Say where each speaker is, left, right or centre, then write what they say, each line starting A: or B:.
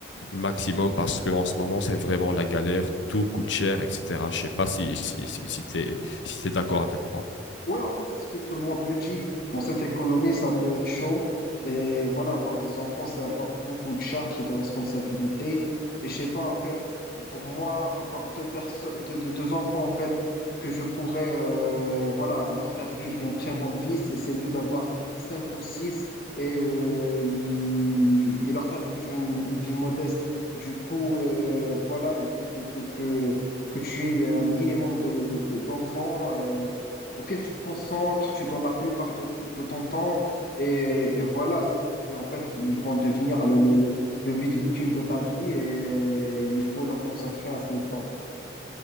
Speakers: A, on the left; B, on the left.
A: maximum, parce que en ce moment, c'est vraiment la galère. Tout coûte cher, etc. Je sais pas si, si, si, si si t'es, si t'es d'accord avec moi.
B: Ouais, en fait, c'est ce que tout le monde me dit. Dans cette économie, ça peut être chaud. Et voilà, avoir des enfants, c'est avoir beaucoup de charges et de responsabilités. Et je sais pas, en fait, pour moi, avoir deux personnes, deux, deux- deux enfants, en fait, que je pourrais, euh, voilà, leur faire vivre une très bonne vie, c'est, c'est mieux d'avoir cinq ou six et, euh, y- et leur faire vivre une, une vie modeste. Du coup, euh, voilà, il faut que, que, que, que tu aies un minimum de, de- d'enfants. euh, auquel tu te concentres, tu donnes la plupart de, de ton temps, et, et voilà, c'est c'est en fait, ils vont devenir le, le, le, le but ultime de ta vie et il faut leur consacrer assez de temps.